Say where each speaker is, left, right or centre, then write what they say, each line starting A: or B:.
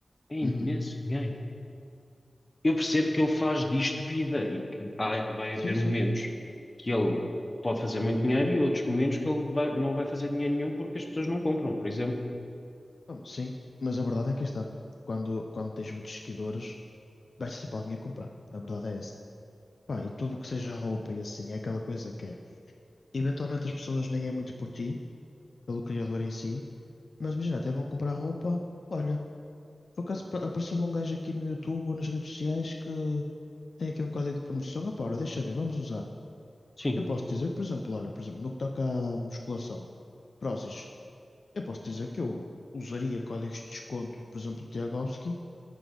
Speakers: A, on the left; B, on the left.
A: É imenso
B: Uhum.
A: dinheiro. Eu percebo que ele faz disto vida e que há- vai
B: Sim,
A: haver
B: sim.
A: momentos que ele pode fazer muito dinheiro e outros momentos que ele vai- não vai fazer dinheiro nenhum porque as pessoas não compram, por exemplo.
B: Bom, sim. Mas a verdade é que está. Quando, quando tens muitos seguidores, vais ser para alguém a comprar. A verdade é essa. Pá, e tudo o que seja roupa e assim, é aquela coisa que é. Eventualmente as pessoas nem é muito por ti, pelo criador em si, mas imagina, até vão comprar roupa. Olha, por acaso pa- apareceu-me um gajo aqui no YouTube ou nas redes sociais que tem aqui um código de promoção. Ah, pá, ora, deixa eu ver, vamos usar.
A: Sim,
B: Eu posso dizer que, por exemplo, olha, por exemplo, no que toca à musculação, prósis, eu posso dizer que eu usaria códigos de desconto, por exemplo, do Tiagovski,